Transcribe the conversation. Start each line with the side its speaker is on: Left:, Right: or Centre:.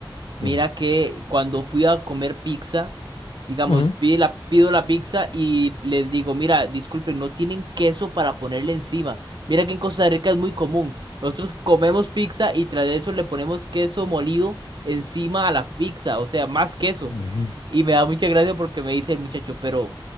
Right: Mira
Left: sí.
Right: que cuando fui a comer pizza, digamos,
Left: Ujú.
Right: pide la- pido la pizza y les digo, mira, disculpen, no tienen queso para ponerle encima. Mira que en Costa Rica es muy común. Nosotros comemos pizza y tras de eso le ponemos queso molido encima a la pizza, o sea, más queso.
Left: Ujú.
Right: Y me da mucha gracia porque me dice el muchacho, pero